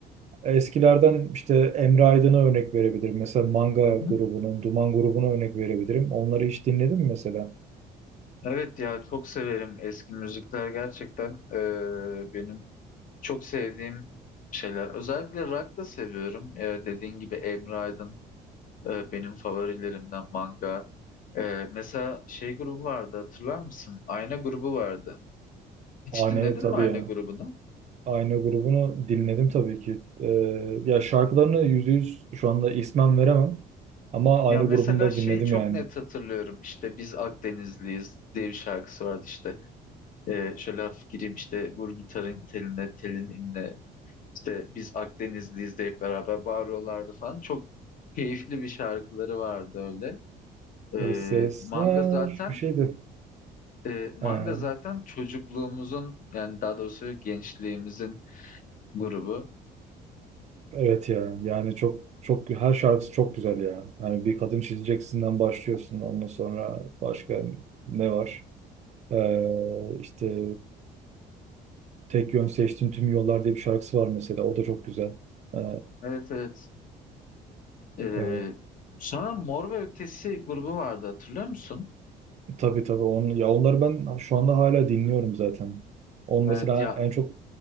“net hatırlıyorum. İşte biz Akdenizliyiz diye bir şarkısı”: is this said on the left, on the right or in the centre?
Left